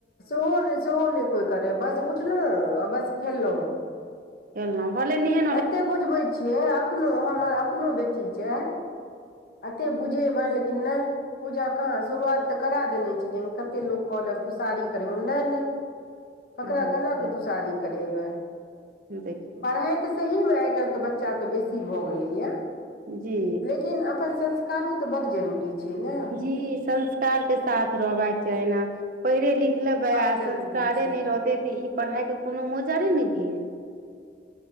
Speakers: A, on the left (about 55°); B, on the right (about 50°).
A: सेहो नहि सेहो नहि कोई करै बस उठलहुँ आ बस खेलहुँ।
B: हेल पले नै हँ।
A: एते कऽ बुझबै छियै एखनोहु हमर अपनो बेटी छै। एतेक बुझिएबनि लेकिन नहि। पूजा कहाँ शुरुआत तऽ करा देने छलिय कतेक लोक कहल तुषारी करे नय नय। उकरा
B: अच्छा
A: केना कऽ तू साड़ी करेबै
B: देखियौ
A: पढ़े। सहिमे आइ काल्हि के बच्चा के बेसी भऽ गेलैये
B: जी
A: लेकिन अपन संस्। कारो तऽ बड्ड जरूरी छै ने
B: जी संस्कार के साथ रहबाक चाहि ने। पढ़ि लिख लेबै
A: बड्ड
B: आ
A: जरूरी
B: संस्कारे
A: छै
B: नय रहतै तऽ ई पढ़ाइके कोनो मजरे नय भेल।